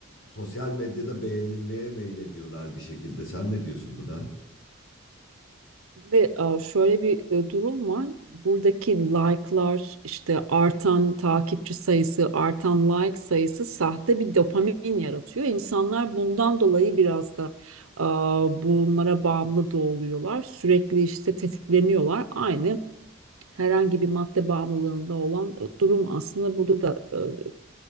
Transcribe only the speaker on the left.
sosyal medyada beğenilmeye meylediyorlar bir şekilde. Sen ne diyorsun buna?